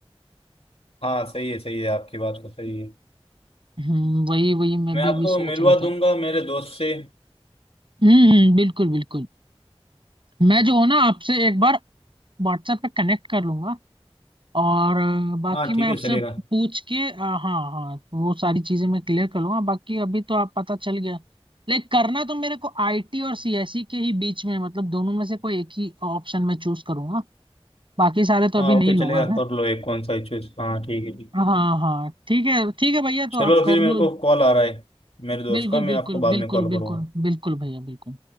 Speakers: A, on the left; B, on the right.
A: हाँ सही है सही है आपकी बात तो सही है
B: हम्म वही वही मैं
A: मैं
B: भी
A: आपको
B: अभी सोच
A: मिलवा
B: रहा था
A: दूंगा मेरे दोस्त से
B: हम्म हम्म, बिल्कुल बिल्कुल मैं जो हूँ ना आपसे एक बार व्हाट्सएप पे कनेक्ट कर लूंगा और अ, बाकी
A: हाँ
B: मैं
A: ठीक
B: आपसे
A: है चलेगा
B: पूछ के अ, हाँ हाँ वो सारी चीजें मैं क्लियर कर लूंगा बाकी अभी तो आप पता चल गया लाइक करना तो मेरे को आईटी और सीएसई के ही बीच में है, मतलब दोनों में से कोई एक ही ऑप्शन मैं चूज करूंगा बाकी सारे तो अभी
A: हाँ
B: नहीं
A: ओके
B: लूंगा
A: चलेगा
B: मैं
A: कर लो एक कौन सा चूज हाँ ठीक है ठीक
B: हाँ हाँ ठीक है ठीक है भैया तो
A: चलो
B: आप कर
A: फिर मेरे
B: लो
A: को कॉल आ रहा है मेरे दोस्त
B: बिल्कुल
A: का मैं
B: बिल्कुल
A: आपको बाद
B: बिल्कुल
A: में कॉल करूँगा
B: बिल्कुल बिल्कुल भैया बिल्कुल